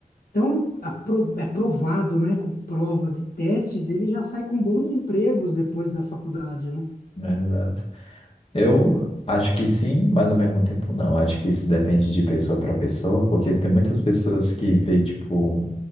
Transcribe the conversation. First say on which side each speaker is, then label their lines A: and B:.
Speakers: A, on the left; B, on the left.
A: tão apro- aprovado, né, com provas e testes, ele já sai com bons empregos depois da faculdade, né?
B: Exato. Eu acho que sim, mas ao mesmo tempo não. Acho que isso depende de pessoa para pessoa, porque tem muitas pessoas que vê, tipo,